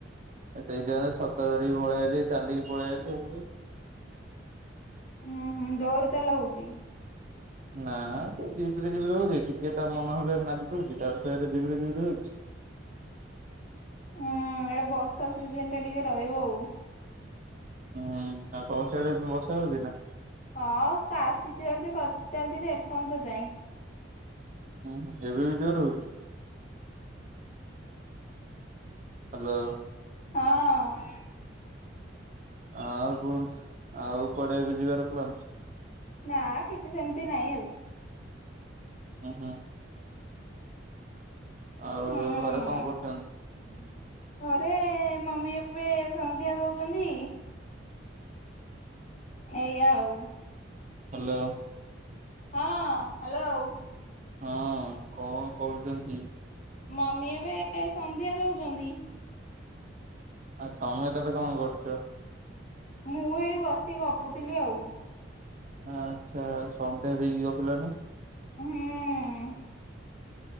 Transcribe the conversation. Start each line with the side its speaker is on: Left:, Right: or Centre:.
Right: ସେଇଟା ଛତା ଧରିକି ପଳେଇଆଇଲି ଚାଲିକି ପଳେଇଲି।
Left: ଉଁ ହୁଁ ଜୋର ତାହେଲେ ହଉଛି?
Right: ନା ସେଇ ଧୀରେ ଧୀରେ ଧୀରେ ହୋଉଛି ଟିକେ ତା ମନ ହେଲେ ନାଦିଦେଉଛି ତାପରେ ଧୀରେ ଧୀରେ ଧୀରେ ହୋଉଛି।
Left: ହୁଁ ଏଇଟା ବର୍ଷା ସିଜନ ଟା ଟିକେ ରହିବ ଆଉ।
Right: ହୁଁ ଆଉ ତମର ସିଆଡେ ବର୍ଷା ହଉଛି ନା?
Left: ହଁ କାଚି ଚାଲିଛି କାଚି ଚାଲିଛି ଯେ ଏପର୍ଯ୍ୟନ୍ତ ଯାଏଁ।
Right: ହୁଁ ଏବେବି ଜୋରେ ହୋଉଛି?
Left: ହୁଁ।
Right: ହ୍ୟାଲୋ।
Left: ହଁ
Right: ଆଉ କୁହନ୍ତୁ ଆଉ କୁଆଡେ ଏବେ ଯିବାର ପ୍ଲାନ?
Left: ନା କିଛି ସେମିତି ନାହିଁ ଆଉ।
Right: ଓ ହୋ ଆଉ
Left: ହୁଁ।
Right: ଘରେ କଣ କରୁଛନ୍ତି?
Left: ଘରେ ମମି ଏବେ ସନ୍ଧ୍ୟା ଦଉଛନ୍ତି ଏଇ ଆଉ
Right: ହ୍ୟାଲୋ
Left: ହଁ ହ୍ୟାଲୋ
Right: ହଁ କଣ କରୁଛନ୍ତି
Left: ମାମି ଏବେ ସନ୍ଧ୍ୟା ଦଉଛନ୍ତି
Right: ଆ ତମେ ଏ ତ ତ କଣ କରୁଛ?
Left: ମୁଁ ଏଠି ବସି ଗପୁଥିଲି ଆଉ।
Right: ଆଚ୍ଛା ସନ୍ ଡେ ଦେଇକି ଗଫିଲନି।
Left: ହୁଁ।